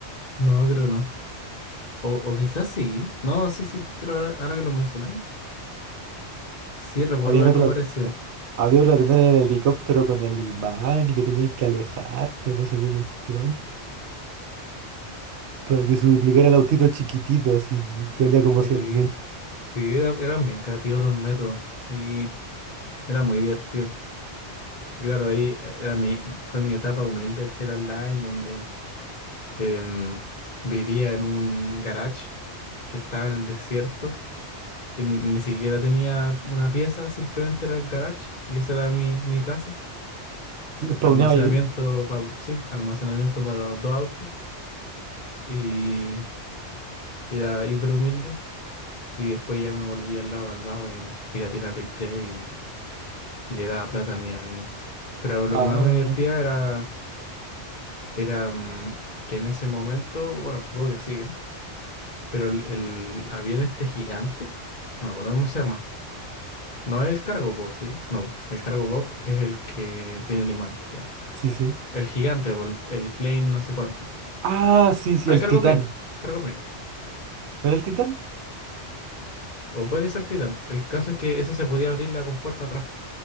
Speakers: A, on the left; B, on the right.
A: No, creo que no. O, o quizás sí. No, sí, sí, creo ahora, ahora que lo mencionáis. Sí, recuerdo
B: Habían
A: algo
B: otras
A: parecido.
B: Había que tener en el helicóptero con el imán y que tenías que alejarte, no sé qué cuestión. Para que se duplicara el autito chiquitito, así que valía como
A: Sí.
B: cien mil
A: Sí, era- eran bien creativos los métodos y era muy divertido. Claro, ahí eh, era mi, fue mi etapa humilde del GTA Online, donde em, vivía en un garage que estaba en el desierto, que ni siquiera tenía una pieza, simplemente era el garage y esa era mi, mi casa.
B: <laughs> Spawneaba
A: Almacenamiento
B: ahí.
A: para, sí, almacenamiento para dos autos y era hiper humilde. Y después ya me volví al lado malvado y pirateé la Play 3 y le daba plata a mis amigos. Pero lo
B: Ah,
A: que más me divertía era, era mm, que en ese momento, bueno, supongo que sigue, pero el, el avión este gigante, no me acuerdo cómo se llama. No es el cargo pop, ¿sí? No, el cargo pop es el que tiene el imán, ya.
B: sí, sí.
A: El gigante, o el, el plane, no sé cuánto.
B: Ah, sí, sí,
A: Ah,
B: el
A: el cargo
B: titán.
A: plane, cargo plane.
B: ¿No era el titán?
A: O puede que sea el Titan. El caso es que esa se podía abrir la compuerta atrás.